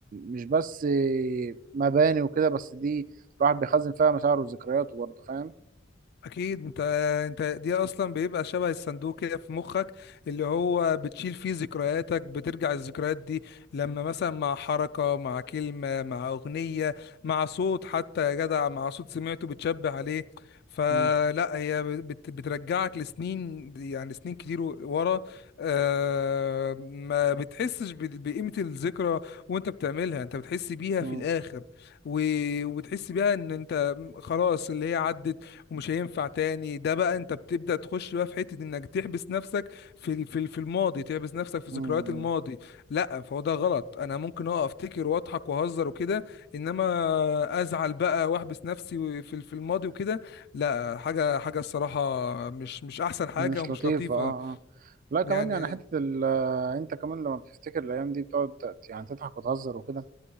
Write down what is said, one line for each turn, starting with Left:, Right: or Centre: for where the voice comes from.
Right: مش بس مباني وكده بس دي الواحد بيخزن فيها مشاعره وذكرياته برضه فاهم
Left: اكيد انت انت دي اصلا بيبقى شبه الصندوق كده في مخك اللي هو بتشيل فيه ذكرياتك بترجع الذكريات دي لما مثلا مع حركة مع كلمة مع اغنية مع صوت حتى يا جدع مع صوت سمعته بتشبه عليه فلا
Right: مم.
Left: هي بت بترجعك لسنين يعني سنين كتير ورا آه ما بتحسش ب- بقيمة الذكرى وانت بتعملها انت بتحس بيها
Right: مم.
Left: في الاخر و- وبتحس بيها ان انت خلاص اللي هي عدت ومش هينفع تاني ده بقى انت بتبدأ تخش بقى في حتة انك تحبس نفسك في ال- في ال- في الماضي تحبس نفسك في
Right: مم.
Left: ذكريات الماضي لا فهو ده غلط انا ممكن اه افتكر واضحك واهزر وكده انما ازعل بقى واحبس نفسي في ال- في الماضي وكده لا حاجة حاجة الصراحة مش مش احسن حاجة
Right: مش
Left: ومش
Right: لطيفه
Left: لطيفة
Right: اه اه لا كمان
Left: يعني
Right: يعني حته ال- آه، انت كمان لما بتفتكر الايام دي بتقعد ت- يعني تضحك وتهزر وكده